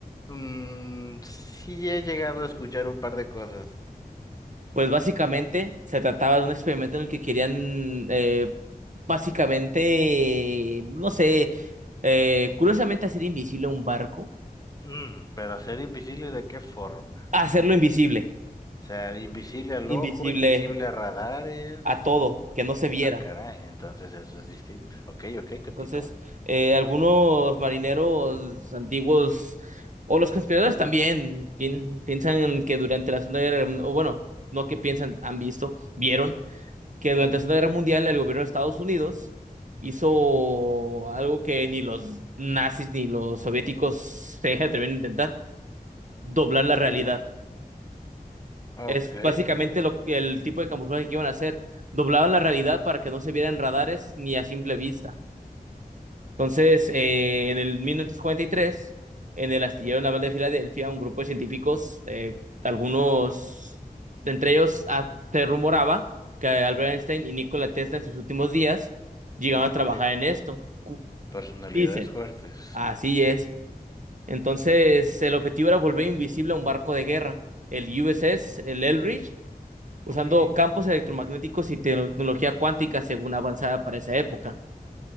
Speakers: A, on the left (about 25°); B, on the right (about 50°).
A: Mm, sí he llegado a escuchar un par de cosas.
B: Pues básicamente se trataba de un experimento en el que querían, eh, básicamente, no sé, eh, curiosamente hacer invisible un barco,
A: Mm, pero ser invisible ¿de qué forma?
B: hacerlo invisible,
A: O sea, invisible al ojo,
B: invisible
A: invisible a radares.
B: a todo, que no se viera.
A: Ah, caray, entonces eso es distinto. Ok, ok, continúa.
B: Entonces, eh, algunos marineros antiguos o los conspiradores también pien- piensan que durante la Segunda Guerra Mundial, o bueno, no que piensan, han visto, vieron que durante la Segunda Guerra Mundial el gobierno de Estados Unidos hizo algo que ni los nazis ni los soviéticos se atrevieron a intentar, doblar la realidad.
A: De acuerdo. Ok,
B: Es básicamente lo que- el tipo de camuflaje que iban a hacer. Doblaban la realidad para que no se vieran radares ni a simple vista. Entonces, eh, en el 1943, en el astillero naval de Filadelfia, un grupo de científicos, eh, algunos de entre ellos, ah, se rumoraba que Albert Einstein y Nikola Tesla en sus últimos días llegaban
A: ok.
B: a trabajar en esto. Cu-
A: Personalidades
B: Dicen.
A: fuertes.
B: Así es. Entonces, el objetivo era volver invisible a un barco de guerra, el USS, el Eldridge, usando
A: Ok,
B: campos electromagnéticos y tecnología cuántica según avanzada para esa época.